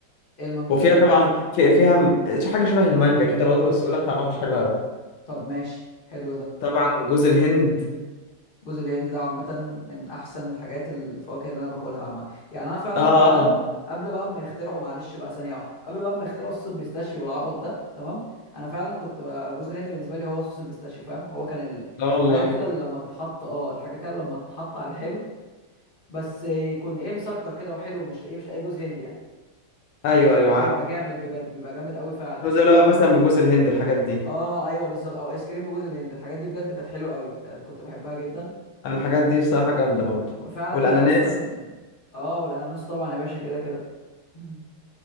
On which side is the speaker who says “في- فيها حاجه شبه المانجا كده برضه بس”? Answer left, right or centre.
Left